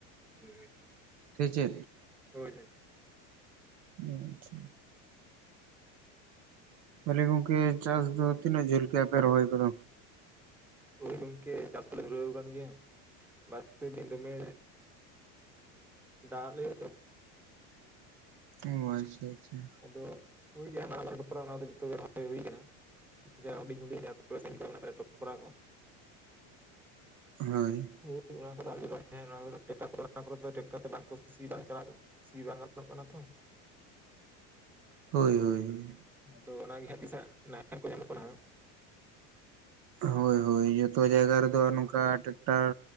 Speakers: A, in the centre; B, on the right (about 50°).
A: <unintelligible>
B: ᱥᱮ ᱪᱮᱫ
A: ᱦᱳᱭ ᱦᱳᱭ
B: <unintelligible> ᱛᱟᱦᱚᱞᱮ ᱜᱚᱝᱠᱮ ᱪᱟᱥ ᱫᱚ ᱛᱤᱱᱟᱹᱜ ᱡᱷᱟᱹᱞ ᱠᱮᱭᱟ ᱯᱮ ᱨᱚᱦᱚᱭ ᱠᱚᱫᱚ
A: ᱦᱳᱭ ᱜᱚᱢᱠᱮ ᱪᱟᱥ ᱠᱚᱞᱮ ᱫᱷᱩᱨᱟᱣ ᱠᱟᱱ ᱜᱮᱭᱟ ᱵᱟᱨᱯᱮ ᱫᱤᱱ ᱫᱚᱢᱮ ᱫᱟᱜ ᱟᱜ ᱞᱮᱭᱟ ᱛᱚ
B: ᱚ ᱟᱪᱪᱷᱟ ᱟᱪᱪᱷᱟ
A: <unintelligible> ᱡᱚᱛᱷᱚ ᱜᱮ ᱦᱩᱭ ᱟᱠᱟᱱᱟ᱾ ᱡᱟ ᱦᱩᱰᱤᱧ ᱦᱩᱰᱤᱧ ᱚᱲᱟᱜ ᱨᱮ ᱴᱚᱯᱨᱟ ᱠᱚ
B: ᱦᱳᱭ
A: <unintelligible> ᱥᱤ ᱵᱟᱝ ᱜᱟᱱᱚᱜ ᱠᱟᱱᱟ ᱛᱚ
B: ᱦᱳᱭ ᱦᱳᱭ ᱦᱳᱭ
A: ᱟᱫᱚ ᱚᱱᱟᱜᱮ ᱛᱤᱥᱟᱜ ᱱᱟᱦᱮᱞ ᱠᱚ ᱧᱟᱢᱚᱜ ᱠᱟᱱᱟ ᱦᱟᱸᱜ
B: ᱦᱳᱭ ᱦᱳᱭ ᱡᱚᱛᱚ ᱡᱟᱭᱜᱟ ᱨᱮᱫᱚ ᱱᱚᱝᱠᱟ ᱴᱮᱠᱴᱟᱨ